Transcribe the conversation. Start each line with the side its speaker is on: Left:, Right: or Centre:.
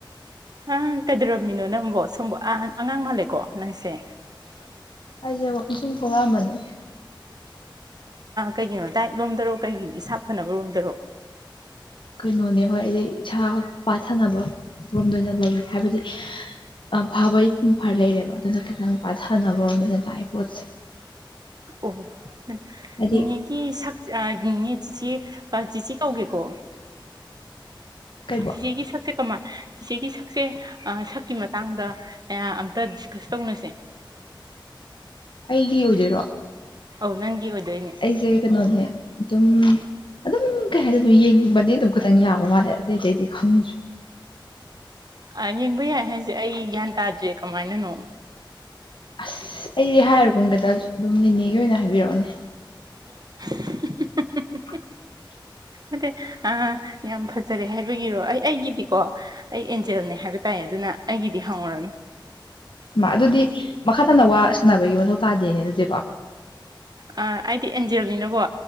Right: ꯅꯪ ꯀꯩꯗꯧꯔꯝꯃꯤꯅꯣ ꯅꯪꯕꯣ ꯁꯣꯝꯕ ꯑꯉꯥꯡ ꯃꯥꯜꯂꯦꯀꯣ ꯅꯪꯁꯦ
Left: ꯑꯩꯥꯏꯖꯑꯕꯇꯅ ꯁꯨꯝꯊꯣꯂꯅꯤ
Right: ꯀꯩꯒꯤꯅꯣ ꯗꯥꯏꯠ ꯂꯣꯝꯗꯔꯣ ꯀꯩꯒꯤ ꯁꯥꯥꯞ ꯐꯅꯕ ꯔꯔꯣꯝꯗꯔꯣ
Left: ꯀꯩꯅꯣꯅꯦ ꯍꯣꯏ ꯑꯩꯁ ꯏꯁꯥ ꯄꯥꯊꯅꯕ ꯔꯣꯝꯗ ꯑꯣꯏꯅ ꯂꯩꯔꯤ ꯍꯥꯏꯕꯗꯤ ꯐꯥꯕꯩ ꯐꯔ ꯂꯩꯔꯦꯕ ꯑꯗꯨꯅ ꯈꯤꯇꯪ ꯄꯥꯊꯅꯕꯔꯣꯝꯗꯅ ꯂꯥꯛꯑꯦ ꯄꯣꯠꯁꯦ
Right: ꯑꯣ ꯎꯝ
Left: ꯍꯥꯏꯗꯤ
Right: ꯅꯤꯅꯦꯒꯤ ꯁꯥꯛ ꯑ ꯅꯤꯅꯦ ꯆꯤꯆꯦ ꯆꯤꯆꯦ ꯀꯧꯒꯦꯀꯣ
Left: ꯀꯩꯕꯣ
Right: ꯆꯤꯆꯦꯒꯤ ꯁꯛꯁꯦ ꯀꯃ ꯏꯆꯦꯒꯤ ꯁꯛꯁꯦ ꯁꯛꯀꯤ ꯃꯇꯥꯡꯗ ꯑꯝꯇ ꯗꯤꯁꯀꯁ ꯇꯧꯅꯁꯦ
Left: ꯑꯩꯒꯤ ꯑꯣꯏꯖꯔꯣ
Right: ꯑꯧ ꯅꯪꯒꯤ ꯑꯣꯏꯗꯣꯏꯅꯦ
Left: ꯑꯩꯁꯦ ꯀꯩꯅꯣꯅꯦ ꯑꯗꯨꯝ ꯑꯗꯨꯝ ꯀꯩ ꯍꯥꯏꯗ ꯑꯗꯨꯝ ꯌꯦꯡꯕꯗꯤ ꯑꯗꯨꯝ ꯈꯤꯇꯪ ꯌꯥꯕ ꯃꯥꯜꯂꯦ ꯑꯇꯩ ꯑꯇꯩꯗꯤ ꯈꯪꯗ꯭ꯔꯦ
Right: ꯑ ꯌꯦꯡꯕ ꯌꯥꯏ ꯍꯥꯏꯁꯦ ꯑꯩ ꯒ꯭ꯌꯥꯟ ꯇꯥꯗ꯭ꯔꯦ ꯀꯃꯥꯏꯅꯅꯣ
Left: ꯑꯁ ꯑꯩꯗꯤ ꯍꯥꯏꯔꯨꯕꯨꯝꯒꯩꯗ ꯑꯗꯨꯝ ꯦꯅꯦꯒꯤ ꯑꯣꯏꯅ ꯍꯥꯏꯕꯤꯔꯛꯑꯣꯅꯦ
Right: <inaudible>
Left: <inaudible>
Right: ꯑꯗ ꯑ ꯌꯥꯝ ꯐꯖꯔꯦ ꯍꯥꯏꯕꯒꯤꯔꯣ ꯑꯩ ꯑꯩꯒꯤꯗꯤꯀꯣ ꯑꯩ ꯑꯦꯟꯖꯦꯜꯅꯦ ꯍꯥꯏꯕ ꯇꯥꯏ ꯑꯗꯨꯅ ꯑꯩꯒꯤꯗꯤ ꯍꯪꯉꯨꯔꯅꯨ
Left: ꯃꯥ ꯑꯗꯨꯗꯤ ꯃꯈꯥ ꯇꯥꯅ ꯋꯥ ꯁꯥꯟꯅꯕꯒꯤ ꯃꯊꯧ ꯇꯥꯗꯦꯅꯦ ꯑꯗꯨꯗꯤꯀꯣ
Right: ꯑ ꯑꯩꯗꯤ ꯑꯦꯟꯖꯦꯜꯅꯤꯅꯀꯣ